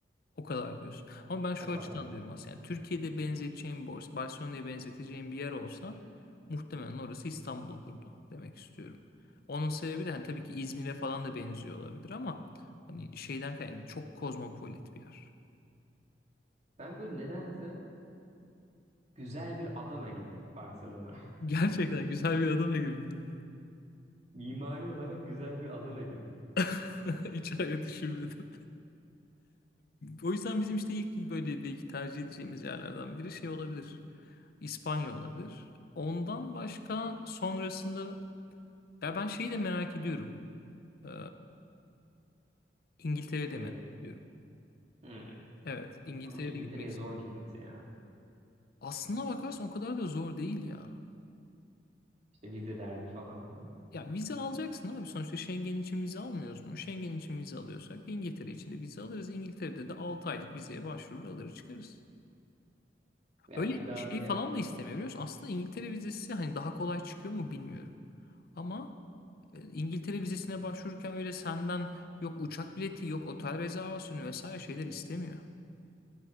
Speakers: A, on the left; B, on the right.
A: O kadar diyorsun. Ama ben şu
B: O kadar.
A: açıdan diyorum aslında. Yani Türkiye'de benzeteceğim borsa, Barcelona'ya benzeteceğim bir yer olsa muhtemelen orası İstanbul olurdu demek istiyorum. Onun sebebi de hani tabii ki İzmir'e falan da benziyor olabilir ama hani şeyden kaynaklı çok kozmopolit bir yer.
B: Ben böyle nedense güzel bir Adana gibi Barcelona.
A: <laughs> Gerçekten güzel bir Adana gibiydi.
B: <laughs> Mimari olarak güzel bir Adana gibi.
A: <laughs> Hiç öyle düşünmedim. O yüzden bizim işte ilk böyle belki tercih edeceğimiz yerlerden biri şey olabilir. İspanya olabilir. Ondan başka sonrasında ya ben şeyi de merak ediyorum. Ee, İngiltere'yi
B: Nereye?
A: de merak ediyorum.
B: Hmm.
A: Evet, İngiltere'de
B: Ama İngiltere'ye
A: gitmek isterim.
B: zor gitmesi ya.
A: Aslına bakarsan o kadar da zor değil ya.
B: İşte vize derdi falan filan.
A: Ya vize alacaksın abi. Sonuçta Schengen için vize almıyoruz mu? Schengen için vize alıyorsak İngiltere için de vize alırız. İngiltere'de de 6 aylık vizeye başvurur alır çıkarız.
B: Ya
A: Öyle
B: bir daha
A: şey
B: ya,
A: falan da istemiyor biliyor musun? Aslında İngiltere vizesi hani daha kolay çıkıyor mu bilmiyorum. Ama e, İngiltere vizesine başvururken öyle senden yok uçak bileti yok otel rezervasyonu vesaire şeyler istemiyor.